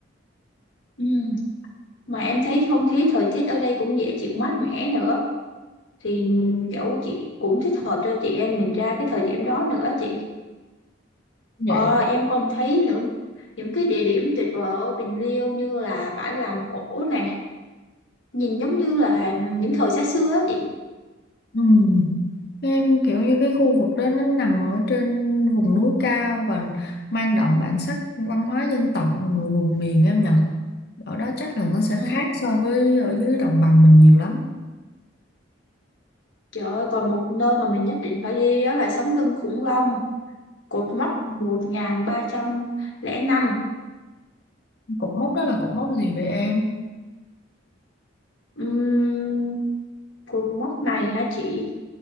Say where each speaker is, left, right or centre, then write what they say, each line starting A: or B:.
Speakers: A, on the left (about 75°); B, on the left (about 55°).
A: ừ. mà em thấy không khí thời tiết ở đây cũng dễ chịu mát mẻ nữa thì kiểu chị cũng thích hợp cho chị em mình ra cái thời điểm đó nữa chị
B: Vậy.
A: Ờ, em còn thấy những những cái địa điểm tuyệt vời ở Bình Liêu như là bãi làng cổ nè, nhìn giống như là những thời xa xưa á chị.
B: Ừ. Nên kiểu như cái khu vực đó nó nằm ở trên vùng núi cao và mang đậm bản sắc văn hóa dân tộc người vùng miền em nhở Ở đó chắc là nó sẽ
A: Ừ.
B: khác so với ở dưới đồng bằng mình nhiều lắm.
A: Trời ơi, còn một nơi mà mình nhất định phải đi đó là sống lưng khủng long, cột mốc 1305.
B: Cột mốc đó là cột mốc gì vậy em?
A: Ừm, cột mốc này hả chị?